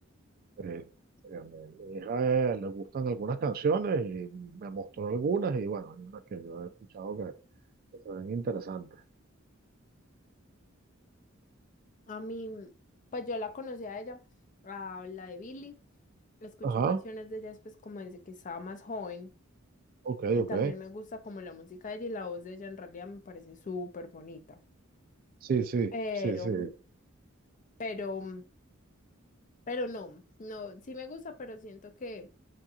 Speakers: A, on the right; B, on the left.
A: Eh, eh, a mi, mi hija eh, le gustan algunas canciones y me mostró algunas y bueno, hay unas que yo he escuchado que, que se ven interesantes.
B: A mí, mm, pues yo la conocí a ella, a la de Billie. Escuché
A: Ajá,
B: canciones de ella después como desde que estaba más joven.
A: ok,
B: Y
A: ok.
B: también me gusta como la música de ella y la voz de ella en realidad me parece súper bonita.
A: Sí, sí,
B: Pero,
A: sí, sí,
B: pero, pero no, no, sí me gusta, pero siento que,